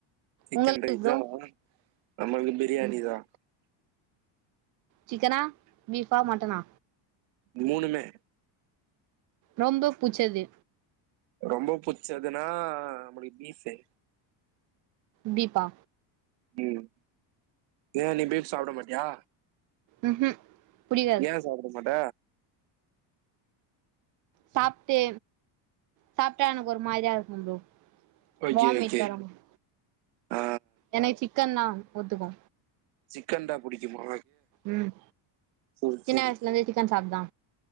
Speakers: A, on the right; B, on the right.
A: சிக்கன்
B: உங்களுக்கு
A: ரைஸா
B: ப்ரோ
A: நம்மளுக்கு பிரியாணிதா
B: ம் சிக்கனா பீஃபா மட்டனா
A: மூணுமே
B: ரொம்ப புச்சது
A: ரொம்ப புச்சதுனா நமளுக் பீஃபு
B: பீபா
A: ம் ஏ நீ பீஃப் சாப்பிட மாட்டியா
B: ம்ஹும் புடிக்காது
A: ஏ சாப்பட மாட்ட
B: சாப்ட்டு சாப்ட்டா எனக்கு ஒரு மாரியா இருக்கும் ப்ரோ
A: ஓகே
B: வாமிட்
A: ஓகே
B: வர மாரி
A: ஆ
B: எனக்கு சிக்கன்னா ஒத்துக்கு
A: சிக்கன்தா புடிக்குமா
B: ம்
A: சேரி
B: சின்ன
A: சேரி
B: வயசுலந்தே சிக்கன் சாப்தா